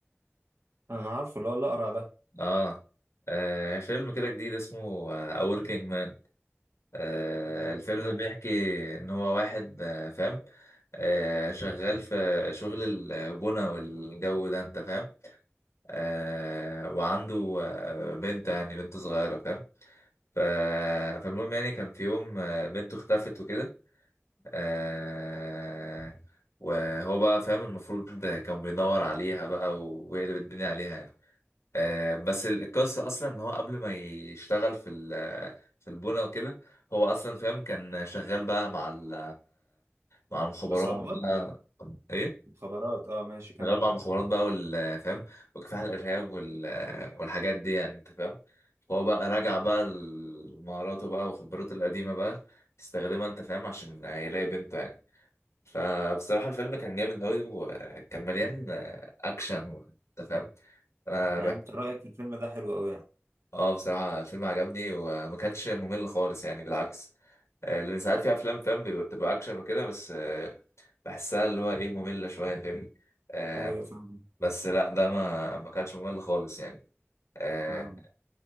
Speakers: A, on the right (about 75°); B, on the left (about 80°).
A: انا عارفه اللي هو الاقرع ده
B: اه, آه فيلم كده جديد اسمه آه، A Working Man آه
A: جامد
B: الفيلم
A: قوي
B: ده بيحكي ان هو واحد آه فاهم آه شغال في شغل البنا والجو ده انت فاهم آه وعنده آه بنت يعني بنت صغيرة فاهم ف- فالمهم يعني كان في يوم آه، بنته اختفت وكده آه وهو بقى فاهم المفروض ده كان بيدور عليها بقى و- ويقلب الدنيا عليها يعني. آه بس ال- القصة أصلا إن هو قبل ما يشتغل في ال في البنا وكده هو أصلا فاهم كان شغال بقى مع ال مع المخابرات
A: اصحابات
B: بقى إيه؟
A: مخابرات اه ماشي كمل
B: شغال مع المخابرات بقى وال فاهم وكفاح الإرهاب وال والحاجات دي يعني أنت فاهم؟ فهو بقى راجع بقى لمهاراته بقى وخبراته القديمة بقى يستخدمها أنت فاهم عشان يلاقي بنته يعني. فبصراحة الفيلم كان جامد أوي وكان مليان آه، أكشن و- أنت فاهم؟ أنا
A: يعني
B: بح-
A: انت رايك في الفيلم ده حلو قوي يعني
B: آه بصراحة الفيلم عجبني وما كانش ممل خالص يعني بالعكس آه، لأن ساعات في أفلام فاهم بيبقى- بتبقى أكشن وكده بس آه، بحسها اللي هو إيه مملة شوية فاهمني؟ آه،
A: ايوه فاهم
B: بس لأ ده ما ما كانش ممل خالص يعني آه،
A: فاهم